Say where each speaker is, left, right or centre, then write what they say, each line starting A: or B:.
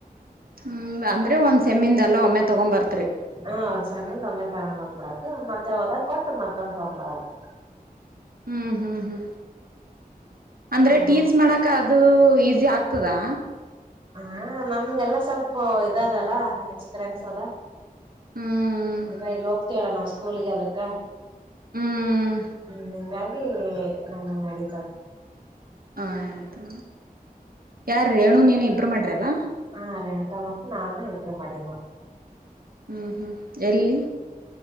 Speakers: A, on the right; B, on the right.
A: ಹ್ಮ ಅಂದ್ರೆ ಒಂದ್ ಸೆಮ್ಮಿಂದ ಎಲ್ಲ ಒಮ್ಮೆ ತಗೊಂಬರ್ತ್ರಿ
B: ಹಾ ಒಂದ್ ಸೆಮ್ಮಿಂದ ಒಮ್ಮೆ ತಗೊಂಡ್ ಬಂದ್ಬಿಡದು ಮತ್ತೆ ಹೋದಾಗ ಕೊಟ್ಟು ಮತ್ತೊಂದ ತೋಮ್ಬರದು
A: ಹ್ಮ್ ಹ್ಮ್ ಹ್ಮ್ ಅಂದ್ರೆ
B: ಒಮ್ಮೆ
A: ಟೀಚ್ ಮಾಡಾಕ ಅದು ಈಸಿ ಆಗ್ತ ತದಾ
B: ಹಾ ನಮ್ಗೆಲ್ಲ ಸ್ವಲ್ಪ ಇದದಲ್ಲ ಎಕ್ಸ್ಪೀರಿಯನ್ಸ್ ಆದ
A: ಹ್ಮ್
B: ಹಂಗ ಇಲ್ಲಿ ಹೋಗ್ತೀವಲ್ಲ ನಾವು ಸ್ಕೂಲಿಗೆ ಅದಕ್ಕ
A: ಹ್ಮ್
B: ಹ್ಮ್ ಹಿಂಗಾಗಿ ನಮ್ಮವು ನಡಿತಾವ
A: ಹಾ ಹ ಅದು ಯಾರು ರೇಣು ನೀನ್ ಇಬ್ಬರು ಮಾಡಿರಲ್ಲ
B: ಹಾ ರೇಣುಕಾ ಮತ್ತು ನಾನು ಇಬ್ಬರು ಮಾಡುವಿ ನೋಡು
A: ಹ್ಮ ಹ್ಮ್ ಎಲ್ಲಿ